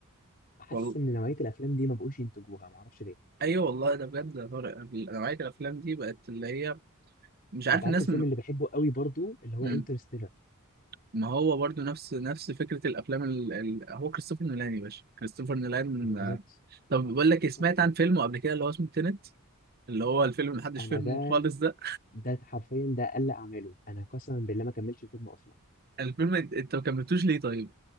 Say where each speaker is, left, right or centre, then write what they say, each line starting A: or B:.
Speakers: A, on the left (about 40°); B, on the right (about 45°).
A: حاسس
B: والله
A: ان نوعيه الافلام دي ما بقوش ينتجوها ما اعرفش ليه
B: ايوه والله ده بجد يا طارق نوعية الافلام دي بقت اللي هي مش عارف
A: انت عارف
B: الناس
A: الفيلم اللي بحبه قوي برضو اللي هو
B: م...
A: انترستيلر
B: ما هو برضو نفس نفس فكرة الأفلام ال... ال... هو كريستوفر نولان يا باشا كريستوفر نولان
A: بالظبط
B: آه، طب بقول لك إيه، سمعت
A: تحفه
B: عن فيلمه قبل كده اللي هو اسمه تينت اللي هو الفيلم اللي محدش
A: انا
B: فهمه
A: ده
B: خالص ده
A: ده حرفيا ده اقل اعماله انا قسما بالله ما كملتش الفيلم اصلا
B: الفيلم أنت أنت ما كملتوش ليه طيب؟